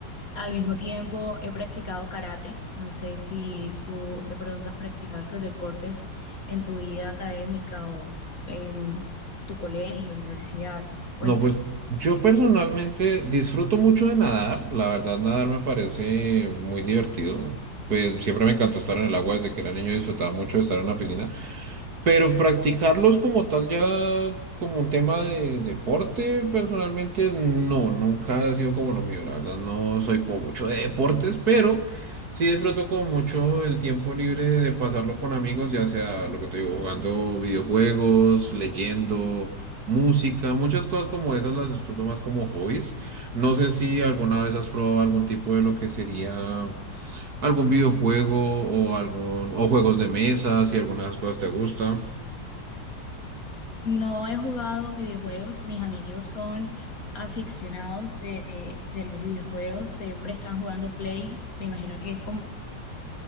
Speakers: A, on the left; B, on the right.
A: Al mismo tiempo, he practicado karate. No sé si tú de pronto has practicado estos deportes en tu vida académica o en tu colegio, universidad. Cuéntame.
B: No, pues yo personalmente disfruto mucho de nadar. La verdad, nadar me parece muy divertido. Pues siempre me encantó estar en el agua desde que era niño, disfrutaba mucho de estar en la piscina. Pero practicarlos como tal ya como un tema de deporte, personalmente no, nunca ha sido como lo mío, la verdad no soy como mucho de deportes, pero sí disfruto como mucho el tiempo libre de pasarlo con amigos, ya sea lo que te digo, jugando videojuegos, leyendo, música, muchas cosas como esas las disfruto más como hobbies. No sé si alguna vez has probado algún tipo de lo que sería algún videojuego o algún o juegos de mesa, si alguna de esas cosas te gusta.
A: No he jugado videojuegos, mis amigos son aficionados de, de los videojuegos, siempre están jugando Play, me imagino que es como